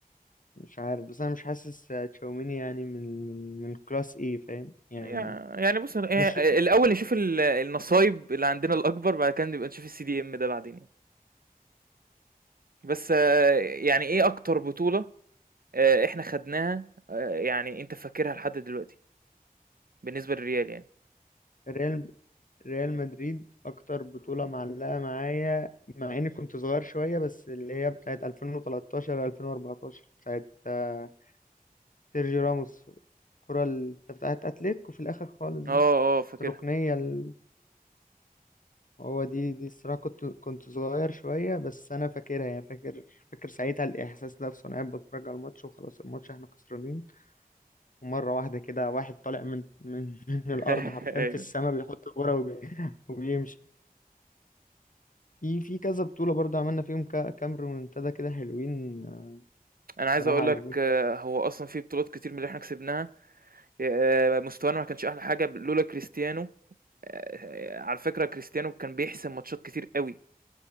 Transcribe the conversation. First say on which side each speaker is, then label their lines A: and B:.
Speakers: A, on the left; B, on the right.
A: مش عارف بس انا مش حاسس تشاوميني يعني من من من الكلاس ايه فاهم يعني
B: يع يعني بُص هي
A: مش
B: الأول نشوف ال النصايب اللي عندنا الأكبر، بعد كده نبقى نشوف الCDM ده بعدين يعني، بس آه، يعني إيه أكتر بطولة آآ إحنا خدناها آآ يعني أنت فاكرها لحد دلوقتي، بالنسبة للريال يعني.
A: ريال ريال مدريد اكتر بطولة معلقة معايا مع اني كنت صغير شوية بس اللي هي بتاعت 2013 2014 بتاعت آه، سيرجي راموس الكرة ال- بتاعت اتلتيكو في الاخر خالص
B: آه،
A: دي
B: آه فاكرها
A: الركنية ال... هو دي دي الصراحة كنت كنت صغير شوية بس انا فاكرها يعني فاكر فاكر ساعتها الاحساس نفسه انا قاعد بتفرج على الماتش وخلاص الماتش احنا خسرانين ومرة واحدة كده واحد طالع من من <laughs> من الأرض
B: <laughs>
A: حرفيا
B: أيوه.
A: في السماء بيحط الكورة وبي... وبيمشي في في كذا بطولة برضه عملنا فيهم كا- كام ريمونتادا كده حلوين آه،
B: أنا
A: الصراحة
B: عايز أقول
A: عجبوني
B: لك آه، هو أصلًا في بطولات كتير من اللي إحنا كسبناها آآ مستوانا ما كانش أحلى حاجة ب لولا كريستيانو آآ على فكرة كريستيانو كان بيحسم ماتشات كتير أوي،